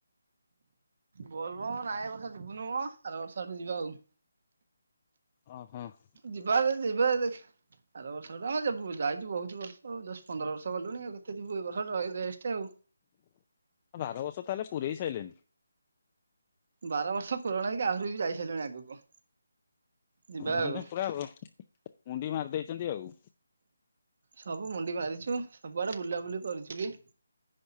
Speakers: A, on the right; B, on the left.
A: ବୋଲବମ ନାଇଁ ଏବର୍ଷ ଯିବୁନୁମ ଆରବର୍ଷ ଆଡକୁ ଯିବା ଆଉ।
B: ହଁ ଫାସ
A: ଯିବା ଯଦି ଯିବା ଦେଖିବା। ଆରବର୍ଷଟା ଆ ଯିବୁ ଯାଇଛୁ ବହୁତ ବର୍ଷ ଆଉ ଦଶ ପନ୍ଦର ବର୍ଷ ଗଲୁଣି ଆଉ କେତେ ଯିବୁ ଏଇବର୍ଷ ରହ ରେଷ୍ଟେ ଆଉ।
B: ବାରବର୍ଷ ତାହେଲେ ପୁରେଇ ସାରିଲେଣିି।
A: ବାରବର୍ଷ ପୁରଣ ହେଇକି ଆହୁରିବି ଯାଇସାଇଲାଣି ଆଗକୁ। ଯିବା
B: କହନି
A: ଆଉ।
B: ପୁରା ମୁଣ୍ଡି ମାରି ଦେଇଛନ୍ତି ଆଉ।
A: ସବୁ ମୁଣ୍ଡି ମାରିଛୁ ସବୁଆଡେ ବୁଲାବୁଲି କରୁଛୁବି।